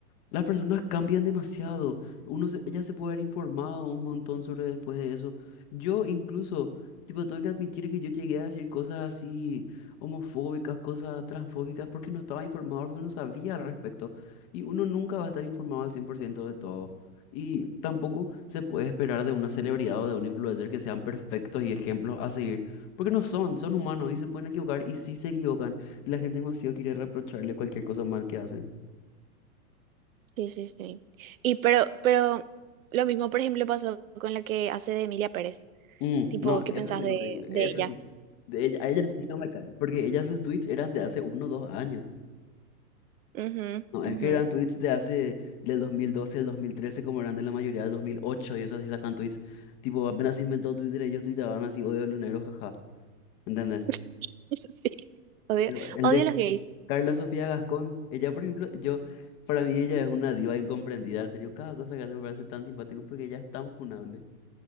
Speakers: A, on the left; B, on the right.
A: las personas cambian demasiado. Uno se- ella se puede haber informado un montón sobre después de eso. Yo incluso, tipo, tengo que admitir que yo llegué a decir cosas así homofóbicas, cosas transfóbicas, porque no estaba informado, porque no sabía al respecto. Y uno nunca va a estar informado al 100% de todo. Y tampoco se puede esperar de una celebridad o de un influencer que sean perfectos y ejemplos a seguir, porque no son, son humanos y se pueden equivocar y sí se equivocan. Y la gente demasiado quiere reprocharle cualquier cosa mal que hacen.
B: Sí, sí, sí. Y pero, pero lo mismo, por ejemplo, pasó con la que hace de Emilia Pérez.
A: Mm,
B: Tipo,
A: no,
B: ¿qué
A: eso
B: pensás
A: sí
B: de,
A: es horrible,
B: de
A: eso
B: ella?
A: sí. De ella, a ella sí no me cae, porque ella sus tweets eran de hace uno o dos años.
B: Ujú,
A: No, es
B: ujú.
A: que eran tweets de hace, del 2012, el 2013 como eran de la mayoría del 2008 y eso así sacan tweets. Tipo, apenas se inventó Twitter, ellos tuiteaban así, odio a los negros, jaja, ¿entendés?
B: <laughs> Sí, sí. Odio,
A: Pero el
B: odio
A: de
B: a los gays.
A: Carla Sofía Gascón, ella, por ejemplo, yo, para mí ella es una diva incomprendida, en serio, cada cosa que hace me parece tan simpático porque ella es tan funable.